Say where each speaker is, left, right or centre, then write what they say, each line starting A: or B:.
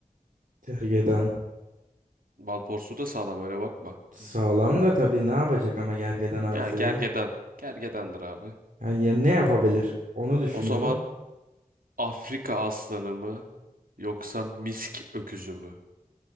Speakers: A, on the right; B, on the right.
A: Gergedan.
B: Bal porsuğu da sağlam öyle bakma.
A: Sağlam da tabii ne yapacak ama gergedana
B: Yani
A: mesela?
B: gergedan. Gergedandır abi.
A: Yani ya ne yapabilir? Onu düşünüyorum.
B: O zaman Afrika aslanı mı yoksa misk öküzü mü?